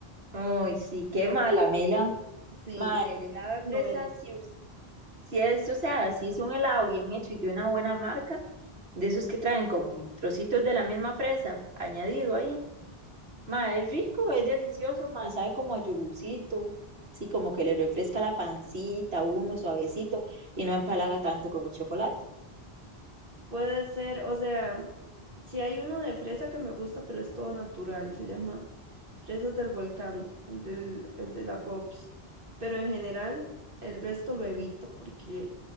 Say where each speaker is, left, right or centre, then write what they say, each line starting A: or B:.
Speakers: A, on the right; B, on the right.
A: Uy, sí, qué mala, Mela.
B: Sí.
A: Madre, el helado de
B: momento.
A: fresa, si, us- si es, o sea, si es un helado bien hecho y de una buena marca, de esos que traen como trocitos de la misma fresa añadido ahí. Madre, es rico, es delicioso, madre, sabe como a yogurcito. Sí, como que le refresca la pancita, a uno suavecito y no empalaga tanto como el chocolate.
B: Puede ser, o sea, si hay uno de fresa que me gusta, pero es todo natural, se llama Fresas del Volcán, el del, el de la Pops. Pero en general, el resto lo evito, porque